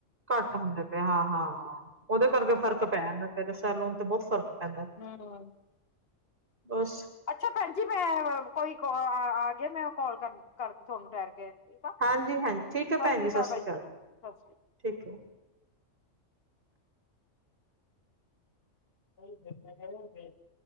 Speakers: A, on the right (about 45°); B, on the left (about 50°).
A: ਘੱਟ ਹੁੰਦੇ ਪਏ ਹਾਂ ਹਾਂ ਉਹਦੇ ਕਰਕੇ
B: ਹਾਂ
A: ਫ਼ਰਕ ਪੈ ਜਾਂਦਾ ਫਿਰ ਸ਼ੈਲੂਨ ਤੇ ਬਹੁਤ ਫ਼ਰਕ ਪੈਂਦਾ
B: ਹਮ
A: ਬਸ
B: ਅੱਛਾ ਭੈਣ ਜੀ ਮੈਂ ਕੋਈ ਕੋ ਆ ਗਿਆ ਮੈਂ ਕੋਲ ਕਰ ਕਰ ਤੁਹਾਨੂੰ ਠਹਿਰ ਕੇ ਠੀਕ ਆ।
A: ਹਾਂਜੀ- ਹਾਂਜੀ ਠੀਕ ਹੈ ਭੈਣ
B: ਸ੍ਰੀ
A: ਜੀ ਸਤਿ ਸ਼੍ਰੀ
B: ਭਾਜੀ
A: ਅਕਾਲ,
B: ਸਤਿ
A: ਠੀਕ ਹੈ।
B: <inaudible> <inaudible>